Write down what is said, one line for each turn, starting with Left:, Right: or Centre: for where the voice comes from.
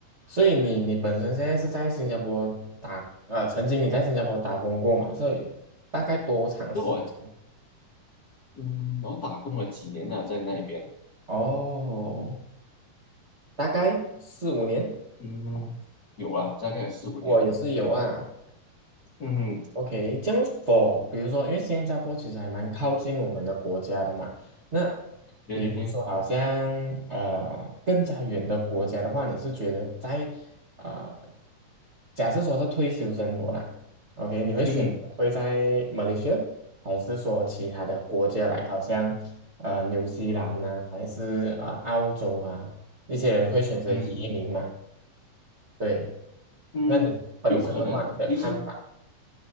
Right: 所以你你本身现在是在新加坡打，呃，曾经你在新加坡打工过嘛？所以大概多长时间？
Left: 因为我嗯，我打工了几年了，在那边，
Right: 哦，大概四五年，
Left: 嗯，有啊，大概有四五年。
Right: 我也是有啊。
Left: 嗯哼，
Right: OK，这样 for 比如说，因为新加坡其实还蛮靠近我们的国家的嘛。那
Left: 对对对，
Right: 比如说，好像呃更加远的国家的话，你是觉得在呃假设说是退休生活啦，OK，你会选择会在马来西亚，
Left: 嗯哼，
Right: 还是说其他的国家来，好像呃纽西兰呐、还是呃澳洲啊，一些人会选择移民嘛？
Left: 嗯
Right: 对，
Left: 嗯，
Right: 那你本身的话，
Left: 有可能。
Right: 你的看法？
Left: 其实